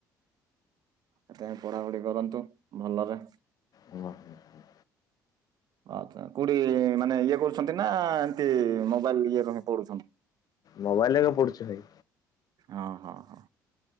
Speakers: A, on the right; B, on the left.
A: ଆପଣ ପଢାପଢି କରନ୍ତୁ ଭଲରେ।
B: ହୁଁ ହୁଁ ହୁଁ।
A: ଆଛା କୋଉଠି ମାନେ ଇଏ କରୁଛନ୍ତି ନା ଏମତି ମୋବାଇଲ ଇଏରୁ ହିଁ ପଢୁଛନ୍ତି?
B: ମୋବାଇଲ ଦେଖି ପଢେଚୁ ଭାଇ।
A: ହଁ ହୋ ହୋ।